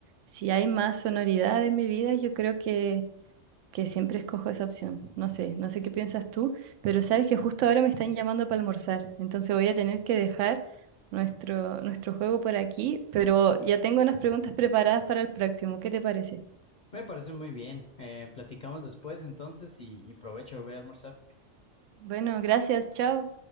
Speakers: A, on the right (about 80°); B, on the left (about 50°).
A: si hay más sonoridad en mi vida, yo creo que que siempre escojo esa opción. No sé, no sé qué piensas tú, pero sabes que justo ahora me están llamando para almorzar, entonces voy a tener que dejar nuestro, nuestro juego por aquí, pero ya tengo unas preguntas preparadas para el próximo. ¿Qué te parece?
B: Me parece muy bien. Eh, platicamos después entonces y, y provecho, voy a almorzar.
A: Bueno, gracias, chao.